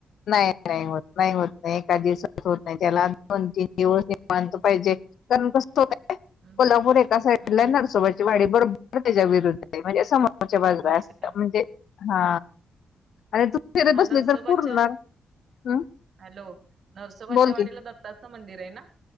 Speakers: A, on the left (about 70°); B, on the right (about 50°).
A: नाही नाही होत नाही होत नाही एका दिवसात हो त्याला दोन तीन दिवस निवांत पाहिजे कारण कस <unintelligible>
B: हम्म
A: कोल्हापूर
B: हम्म
A: एका साइड
B: हम्म
A: ला
B: हम्म
A: नरसोबाची वाडी बर त्याच्या विरुद्ध म्हणजे अस <unintelligible>
B: अच्छा
A: म्हणजे हा आणि तु फिरत
B: हा
A: बसली
B: नरसोबाच्या
A: तर पूर्ण हं?
B: हॅलो नरसोबाच्या
A: बोल
B: वाडीला
A: की
B: दत्ता - मंदिर आहे ना